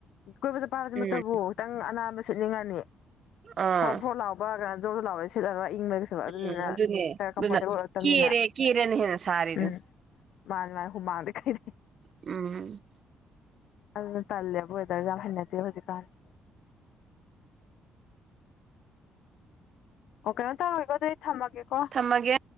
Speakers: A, on the left; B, on the right.
A: ꯀꯣꯏꯕꯗ ꯄꯥꯕꯁꯤꯃꯛꯇꯕꯨ
B: ꯎꯝ
A: ꯅꯪꯪ ꯑꯅꯥꯟꯕ ꯁꯤꯠꯅꯤꯡꯉꯅꯤ
B: ꯑꯥ
A: ꯐꯣꯔꯣ ꯐꯣꯔꯣ ꯂꯥꯎꯕ ꯀꯅ ꯖꯣꯗ ꯂꯥꯎ ꯁꯤꯠꯂꯔꯒ ꯏꯪꯕ ꯁ ꯑꯗꯨꯗꯨꯅ
B: ꯎꯝ ꯑꯗꯨꯅꯦ
A: ꯈꯔ
B: ꯑꯗꯨꯅ
A: ꯀꯝꯐꯣꯔꯇꯦꯕꯜ ꯑꯣꯏꯔꯛꯇꯕꯅꯤꯅ
B: ꯀꯦꯔꯦ ꯀꯦꯔꯦꯅ ꯍꯦꯟꯅ ꯁꯥꯔꯤꯗꯨꯅꯤ
A: ꯎꯝ ꯃꯥꯅꯦ ꯃꯥꯥꯏ ꯍꯨ ꯃꯥꯡꯗ ꯀꯥꯏ
B: ꯎꯝ
A: ꯑꯗꯨꯅ ꯇꯜꯂꯦꯕꯨ ꯌꯥꯝ ꯋ‌ꯦꯗꯔ ꯍꯩꯅꯗ‌ꯦ ꯍꯧꯖꯤꯛ ꯀꯥꯟ ꯑꯣ ꯀꯩꯅꯣ ꯇꯧꯔꯣꯏꯀꯣ ꯑꯗꯨ ꯑꯩ ꯊꯝꯃꯒꯦꯀꯣ
B: ꯊꯝꯃꯒꯦ